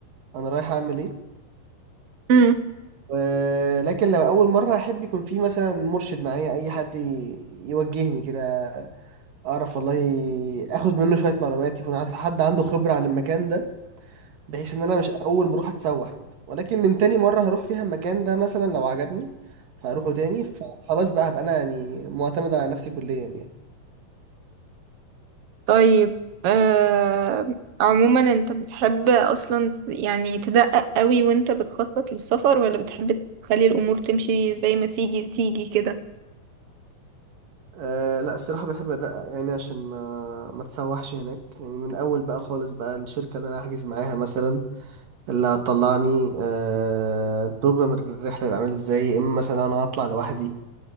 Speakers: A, on the right; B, on the right.
A: انا رايح اعمل ايه
B: امم
A: و- لكن لو اول مره احب يكون في مثلا مرشد معايا اي حد ي- يوجهني كده اعرف والله اخد منه شويه معلومات يكون عارف حد عنده خبره عن المكان ده بحيث ان انا مش اول ما اروح اتسوح كده ولكن من تاني مره هروح فيها المكان ده مثلا لو عجبني فهروحه تاني فخلاص بقى هبقى انا يعني معتمد على نفسي كليا يعني
B: طيب آه عموما انت بتحب اصلا يعني تدقق قوي وانت بتخطط للسفر ولا بتحب تخلي الامور تمشي زي ما تيجي تيجي كده
A: أه لا الصراحه بحب ادقق يعني عشان ما ما اتسوحش هناك يعني من اول بقى خالص بقى الشركه اللي انا هحجز معاها مثلا اللي هتطلعني أه بروجرام الرحله يبقى عامل ازاي يا اما مثلا انا هطلع لوحدي